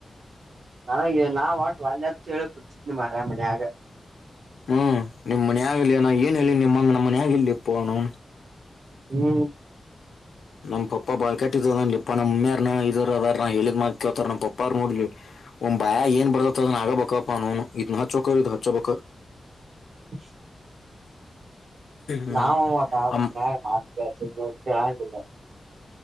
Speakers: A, on the right; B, on the left.
A: ನ ನಾವ್ ಆಟ್ ವಲ್ಯ ಅಂತ ಹೇಳಿ ಮ ಆರಾಮಿ ಆಗ
B: ಹ್ಮ್ ನಿಮ್ಮ್ ಮನ್ ಯಾಗ ನ ಏನ್ ಹೇಳ ನಿಮ್ಮಂಗ ನಮ್ಮ ಮನ್ ಯಗ ಇಲ್ಲಿ ಫೋನು
A: ಹ್ಮ್
B: ನಮ್ ಪಪ್ಪಾ ಬಾಳ್ ಕಟ್ಟಿದವದಲಿಪ್ಪ ನಮ್ಮ್ಯಾರ್ನ ಇದರು ಅದಾರ ನ ಹೇಳಿದ್ ಮಾಡ್ತಿತಾರ ನಮ್ಮ ಪಪ್ಪಾರ ನೋಡ್ಲಿ ಒಂದ್ ಭಯ ಏನ್ ಬರ್ದತ್ದನ್ ಆಗಬೇಕಪ್ಪ ನನು ಇದ್ನ ಹಚ್ೋಕ ಇದ್ ಹಚ್ೋಬೇಕಕ್
A: ಹ
B: ಹ್ಮ್
A: ನಾವವು ಅವಟ
B: ಅಮ್
A: ಮೊನ್ಯಾಗ ಮಾತಳ್ತೀ ನೀವು ಕೇಳಂಗಿಲ್ಲ